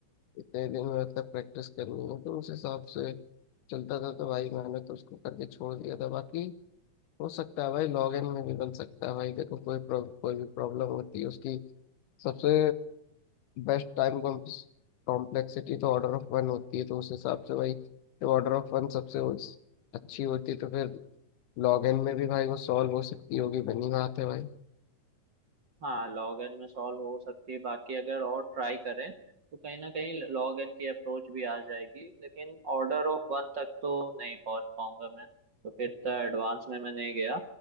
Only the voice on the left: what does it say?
इतने दिन में मतलब प्रैक्टिस करनी है तो उस हिसाब से चलता था तो भाई मैंने तो उसको करके छोड़ दिया था बाकी हो सकता है भाई लॉग इन में भी बन सकता है भाई देखो कोई प्रॉब- कोई भी प्रॉब्लम होती है उसकी सबसे बेस्ट टाइम कॉम्प्लेक्सिटी तो ऑर्डर ऑफ वन होती है तो उस हिसाब से भाई जब ऑर्डर ऑफ वन सबसे वो- अच्छी होती है तो फिर लॉग इन में भी भाई वो सॉल्व हो सकती होगी बनी बात है भाई